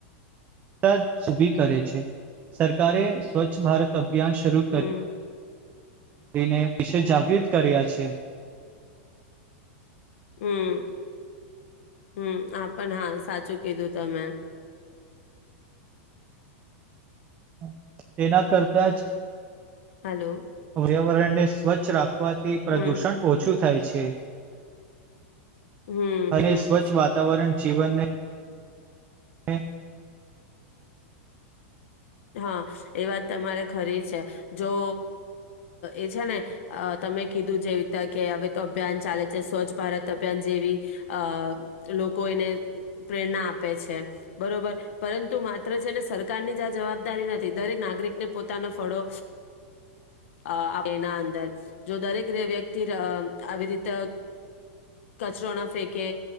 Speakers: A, on the right; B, on the left.
A: તાજે ઉભી કરે છે સરકારે સ્વચ્છ ભારત અભ્યાસ શરૂ કર
B: હમ
A: તેને વિશે જાગૃત કર્યા છે.
B: હમ્મ હમ્મ આપ પણ હા સાચું કીધું તમે.
A: <unintelligible> તેના કરતા જ
B: હલો.
A: પર્યાવરણ ને સ્વચ્છ રાખ રાખવાથી પ્રદુષણ
B: હમ
A: ઓછું થાય છે.
B: હમ, હમ.
A: અને સ્વચ્છ જીવનને હ
B: હા, એ વાત તમારે ખરી છે જો એ છે ને તમે કીધું જેવી રીતે કે હવે તો અભિયાન ચાલે છે, સ્વચ્છ ભારત અભિયાન જેવી અ લોકો એને પ્રેરણા આપે છે. બરોબર પરંતુ માત્ર છે. ને સરકારની જ આ જવાબ જવાબદારી નથી દરેક નાગરિકને પોતાનો ફળો આપ એના અંદર જો દરેક વ્યક્તિ આવી રીતે કચરો ના ફેંકે